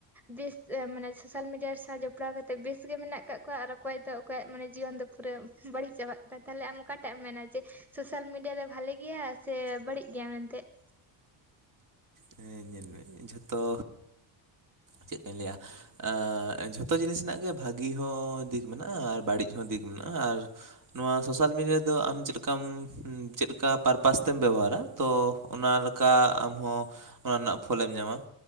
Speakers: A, in the centre; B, on the right.
A: ᱵᱮᱥ ᱢᱟᱱᱮ ᱥᱳᱥᱟᱞ ᱢᱤᱰᱤᱭᱟ ᱥᱟᱶ ᱡᱚᱯᱲᱟᱣ ᱠᱟᱛᱮᱜ ᱵᱮᱥ ᱜᱮ ᱢᱮᱱᱟᱜ ᱠᱟᱜ ᱠᱚᱣᱟ ᱟᱨ ᱚᱠᱚᱭ ᱫᱚ ᱚᱠᱚᱭᱟᱜ ᱢᱟᱱᱮ ᱡᱤᱭᱚᱱ ᱫᱚ ᱯᱩᱨᱟᱹ ᱵᱟᱹᱲᱤᱡ ᱪᱟᱵᱟᱜ ᱠᱟᱱᱟ ᱛᱟᱦᱞᱮ ᱟᱢ ᱚᱠᱟᱴᱟᱜ ᱮᱢ ᱢᱮᱱᱟ ᱡᱮ ᱥᱳᱥᱟᱞ ᱢᱤᱰᱤᱭᱟ ᱨᱮ ᱵᱷᱟᱞᱮ ᱜᱮᱭᱟ ᱥᱮ ᱵᱟᱹᱲᱤᱡ ᱜᱮᱭᱟ ᱢᱮᱱ ᱛᱮ ᱾
B: ᱦᱮᱸ ᱧᱮᱞ ᱢᱮ ᱡᱷᱚᱛᱚ ᱪᱮᱫ ᱠᱟᱹᱧ ᱞᱟᱹᱭᱟ? ᱟᱸᱻ ᱡᱷᱚᱛᱚ ᱡᱤᱱᱤᱥ ᱨᱮᱱᱟᱜ ᱜᱮ ᱵᱷᱟᱹᱜᱤ ᱦᱚᱸ ᱫᱤᱠ ᱢᱮᱱᱟᱜᱼᱟ ᱟᱨ ᱵᱟᱹᱲᱤᱡ ᱦᱚᱸ ᱫᱤᱠ ᱢᱮᱱᱟᱜᱼᱟ ᱟᱨ ᱱᱚᱣᱟ ᱥᱳᱥᱟᱞ ᱢᱤᱰᱤᱭᱟ ᱫᱚ ᱟᱢ ᱪᱮᱫᱠᱟᱢ ᱪᱮᱫᱠᱟ ᱯᱟᱨᱯᱟᱥ ᱛᱮᱢ ᱵᱮᱵᱚᱦᱟᱨᱟ, ᱛᱚ ᱚᱱᱟ ᱞᱮᱠᱟ ᱟᱢᱦᱚᱸ ᱚᱱᱟ ᱨᱮᱱᱟᱜ ᱯᱷᱚᱞᱮᱢ ᱧᱟᱢᱟ।